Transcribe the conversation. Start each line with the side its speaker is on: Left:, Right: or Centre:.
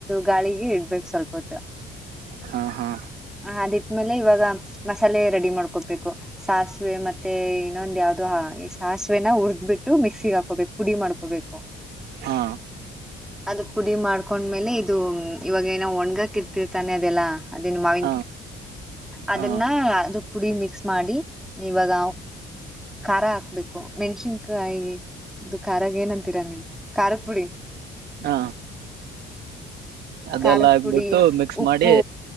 Centre: ಗಾಳಿಗೆ ಇಡ್ಬೇಕು ಸ್ವಲ್ಪ ಹೊತ್ತ
Right: ಹಾ ಹಾ
Centre: ಹ ಅಡಿತ್ಮೇಲೆ ಇವಾಗ ಮಸಾಲೆ ರೆಡಿ ಮಾಡ್ಕೊಬೇಕು ಸಾಸಿವೆ ಮತ್ತೆ ಇನ್ನೊಂದ ಯಾವ್ದೋ ಸಾಸಿವೆನ ಹುರುಡ್ಬಿಟ್ಟು ಮಿಕ್ಸಿ ಹಾಕೋಬೇಕು ಪುಡಿ ಮಾಡ್ಕೋಬೇಕು
Right: ಹಾ
Centre: ಅದು ಪುಡಿ ಮಾಡ್ಕೊಂಡ್ಮೇಲೆ ಇದು ಇವಾಗ ಏನ ಒಣ್ಗಾಕ ಇರ್ತಿರ್ತಾನೆ ಅದೆಲ್ಲಾ ಅದೇನ್ <unintelligible>
Right: ಹಾ
Centre: ಅದನ್ನ
Right: ಹಾ
Centre: ಅ ಪುಡಿ ಮಿಕ್ಸ್ ಮಾಡಿ ಇವಾಗ ಖಾರ ಹಾಕ್ಬೇಕು ಮೆಣ್ಸಿನ್ಕಾಯಿ ಖಾರ ಏನಂತೀರ ನೀ ಖಾರದ ಪುಡಿ
Right: ಹಾ ಅದೆಲ್ಲ
Centre: ಖಾರದ
Right: ಹಾಕ್ಬಿಟ್ಟು
Centre: ಪುಡಿ
Right: ಮಿಕ್ಸ್
Centre: ಉಪ್ಪು
Right: ಮಾಡಿ